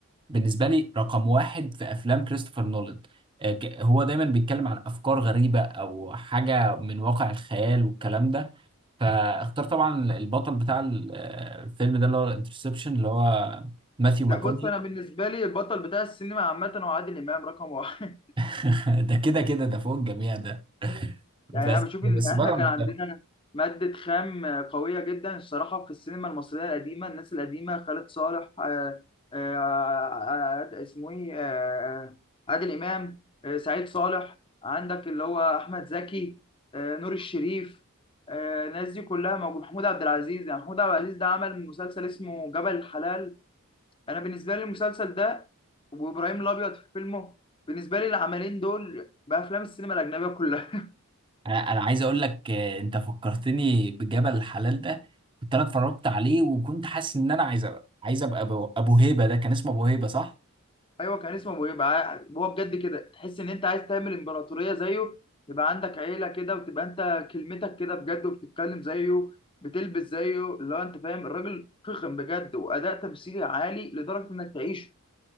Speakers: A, on the right; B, on the left.
A: بالنسبه لي رقم واحد في افلام كريستوفر نولان آه، ك- هو دايما بيتكلم عن افكار غريبه او حاجه من واقع الخيال والكلام ده فاختار طبعا البطل بتاع ال- آه، الفيلم ده اللي هو الانترسبشن اللي هو ماثيو
B: لا
A: ماكوني
B: بص انا بالنسبه لي البطل بتاع السينما عامه هو عادل امام رقم واحد
A: <laughs> ده كده كده ده فوق الجميع ده <laughs>
B: <laughs>
A: بس
B: يعني انا بشوف ان
A: بس
B: احنا
A: بره
B: كان
A: مختلف
B: عندنا ماده خام قويه جدا الصراحه في السينما المصريه القديمه الناس القديمه خالد صالح آه، آه، آه، اسمه ايه آه، آه، عادل امام آه، سعيد صالح عندك اللي هو احمد زكي آه، نور الشريف آه، الناس دي كلها موجود محمود عبد العزيز يعني محمود عبد العزيز ده عمل مسلسل اسمه جبل الحلال انا بالنسبه لي المسلسل ده وابراهيم الابيض في فيلمه بالنسبه لي العملين دول بافلام السينما الاجنبيه كلها
A: انا أنا عايز اقول لك آه، انت فكرتني بجبل الحلال ده كنت انا اتفرجت عليه وكنت حاسس ان انا عايز أبقى عايز ابقى ابو أبو هيبه ده كان اسمه ابو هيبه صح
B: <laughs> ايوه كان اسمه ابو يبقى هو بجد كده تحس ان انت عايز تعمل امبراطوريه زيه يبقى عندك عيله كده وتبقى انت كلمتك كده بجد وبتتكلم زيه بتلبس زيه اللي هو انت فاهم الراجل فخم بجد واداء تمثيلي عالي لدرجه انك تعيشه